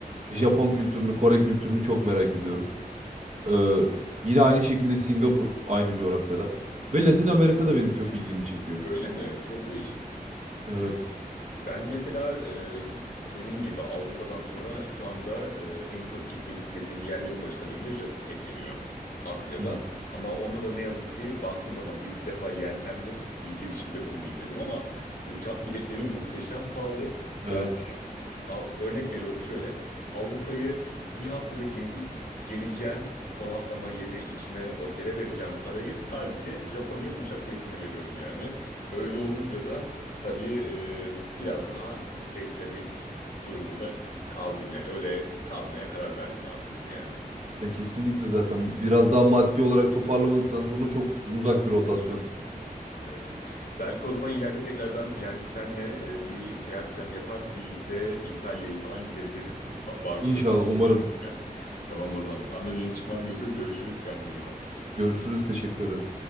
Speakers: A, on the right; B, on the left.
A: Japon kültürünü, Kore kültürünü çok merak ediyorum. Ee, yine aynı şekilde Singapur, aynı coğrafyada. Ve Latin Amerika da benim çok ilgimi çekiyor.
B: Öyle mi? Çok değişik.
A: Evet.
B: Ben mesela e, senin gibi Avrupa'dan sonra şu anda e, en çok gitmek istediğim yerlerin başına benim de Japonya geliyor. Asya'da.
A: Hı hı.
B: Ama onda da ne yazık ki baktığım zaman bir iki defa yeltendim. Bir girişimde bulunayım dedim ama uçak biletleri muhteşem pahalı. Yani
A: Evet.
B: Al- Örnek veriyorum şöyle. Avrupa'yı bir haftada gezip geleceğim. Konaklama, yeme, içme, otele vereceğim parayı sadece Japonya uçak biletine veriyorum yani. Öyle olunca da tabii e, biraz daha beklemek durumunda kaldım yani. Öyle kalmaya karar verdim daha doğrusu yani.
A: Ya kesinlikle zaten biraz daha maddi olarak toparlamadıktan sonra çok uzak bir rotasyon.
B: Evet. Belki o zaman ileride tekrardan yani senle e, bir seyahat planı yapar birlikte İtalya'yı falan gidebiliriz. Ba- Bartu.
A: İnşallah,
B: ne diyorsun?
A: umarım.
B: <laughs> Tamam o zaman. Şu anda benim çıkmam gerekiyor. Görüşürüz kendine iyi bak.
A: Görüşürüz. Teşekkür ederim.